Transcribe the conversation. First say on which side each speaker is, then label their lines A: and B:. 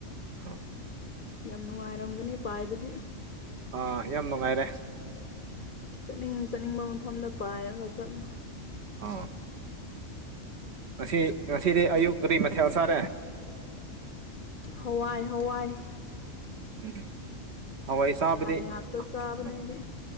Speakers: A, on the right (about 60°); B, on the left (about 50°).
A: ꯑ
B: ꯌꯥꯝ ꯅꯨꯡꯉꯥꯏꯔꯝꯒꯅꯤ ꯄꯥꯏꯕꯗꯤ
A: ꯑꯥ ꯌꯥꯝ ꯅꯨꯡꯉꯥꯏꯔꯦ
B: ꯆꯠꯅꯤꯡ ꯆꯠꯅꯤꯡꯕ ꯃꯐꯝꯗ ꯄꯥꯏꯔꯒ ꯆꯠꯂꯨ
A: ꯑꯥ ꯉꯁꯤ ꯉꯁꯤꯗꯤ ꯑꯌꯨꯛ ꯀꯔꯤ ꯃꯊꯦꯜ ꯆꯥꯔꯦ
B: ꯍꯋꯥꯏ ꯍꯋꯥꯏ
A: ꯎꯝ ꯍꯋꯥꯏ ꯆꯥꯕꯗꯤ
B: ꯉꯥꯛꯇ
A: ꯑꯥ
B: ꯆꯥꯕꯅꯦ ꯑꯩꯗꯤ